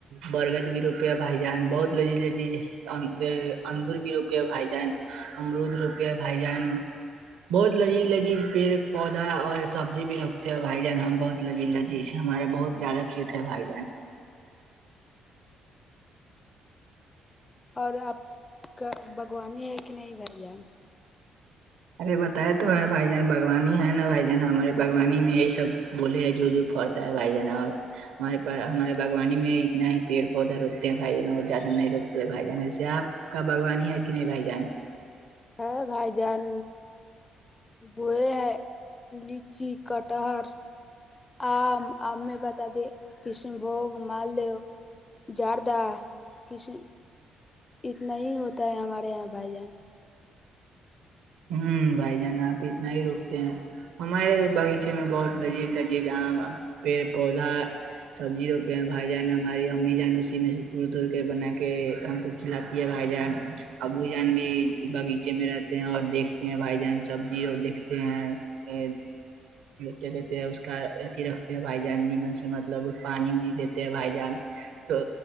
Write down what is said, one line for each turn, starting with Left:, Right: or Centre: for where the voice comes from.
Right: برگد بھی روپئے بھائی جان بہت لذی لذیذ اندور بھی روپے بھائی جان امرود روپ بھائی جان بہت لگی لگی پیڑ پودا اور سبزی بھی رپتے ہیں اور بھائی جان ہم بہت لذی لجی سے ہمارا بہت زیادہ کی تھ بھائی جین
Left: اور آپ کا باگوانی ہے کہ نہیں بھائی جان
Right: ارے بتائے تو ہے بھائی جان باوانی ہے نا بھائی جان ہمارے باوانی میں یہی سب بولے ہیں جو جو فر ہے بھائی جانا اور ہمارے پ ہمارے باغوانی میں اتنا ہی پیڑ پودا روکتے ہیں بھائی جان اور زیادہ نہیں روکتے ہیں بھائی جان ایسے آپ کا بگوانی ہے کہ نہیں بھائی جان
Left: ہے بھائی جان بئے ہے جی کٹہر آم آم میں بتا دے کشن بوگ مالدو جڑد کش اتنا ہی ہوتا ہے ہمارے یہاں بھائی جان
Right: ہوں بھائی جان آپ اتنا ہی روکتے ہیں ہمارے بغیچے میں بہت لذیذ لذیذ پیڑ پودا سبزی روپے بھائی جان ہماری امی جان اسی میں توڑ توڑ کے بنا کے ہم کو کھلاتی ہے بھائی جان ابو جان بھی باغیچے میں رہتے ہیں اور دیکھتے ہیں بھائی جان سبزیو دیکھتے ہیں کیا کہتے ہیں اس کا اھی رکھتے ہیں بھائی جان نیمن سے مطلب پانی وانی دیتے ہیں بھائی جان تو